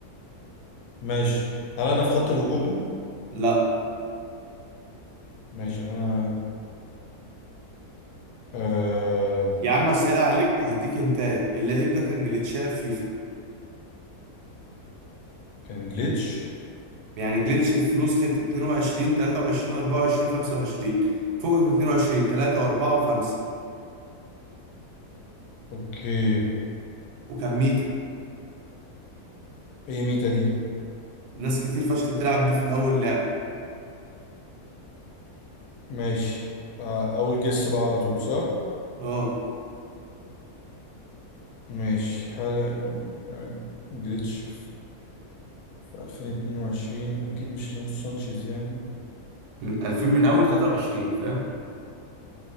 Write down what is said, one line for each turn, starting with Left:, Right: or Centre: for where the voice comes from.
Left: ماشي هل انا في خط الهجوم
Right: لأ
Left: ماشي يعني انا آه...
Right: يا عم هسهل عليك وهديك انتايه اللعيب ده كان جليتشاه في فيفا
Left: كان جليتش
Right: يعني جليتش في نسخة 22 23 24 25 فوقك من 22 3 و4 و5
Left: اوكي
Right: وكان ميتا
Left: ايه ميتا دي
Right: ناس كتير فشخ بتلعب بيه في الأول لعبة
Left: ماشي آه... اول جس بقى على طول صح
Right: اه
Left: ماشي هل آه، جليتش في 2022 اكيد مش رونالدو سانشيز يعني
Right: من 2000 من أول 23 فاهم